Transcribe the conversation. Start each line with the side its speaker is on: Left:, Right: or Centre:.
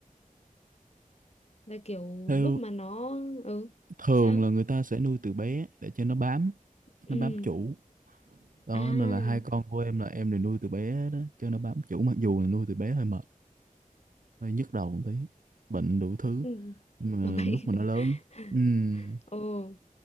Left: là kiểu
Right: theo
Left: lúc mà nó ừ
Right: thường
Left: sao
Right: là người ta sẽ nuôi từ bé để cho nó bám
Left: ừ
Right: nó bám chủ đó
Left: à
Right: nên là hai con của em là em đều nuôi từ bé đó cho nó bám chủ mặc dù là nuôi từ bé hơi mệt hơi nhức đầu một tí bệnh đủ thứ
Left: ừ.
Right: nhưng mà
Left: nó bay
Right: lúc mà nó lớn
Left: <laughs>
Right: ừm,
Left: ồ